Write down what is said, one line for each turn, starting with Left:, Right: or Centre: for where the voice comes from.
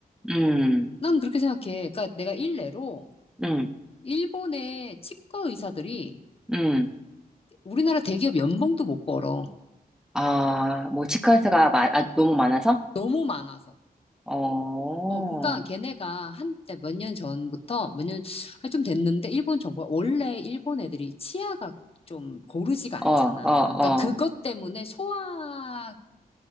Centre: 음,
Left: 난 그렇게 생각해. 그러니까 내가 일례로
Centre: 음,
Left: 일본의 치과 의사들이
Centre: 음.
Left: 우리나라 대기업 연봉도 못 벌어.
Centre: 아, 뭐, 치과의사가 마, 아, 너무 많아서?
Left: 너무 많아서.
Centre: 어, 어,
Left: 어, 그러니까 걔네가 한 때 몇 년 전부터 몇 년, 아, 좀 됐는데 일본 정부가 원래 일본 애들이 치아가 좀 고르지가 않잖아.
Centre: 어, 어,
Left: 그러니까 그것 때문에 소화계통에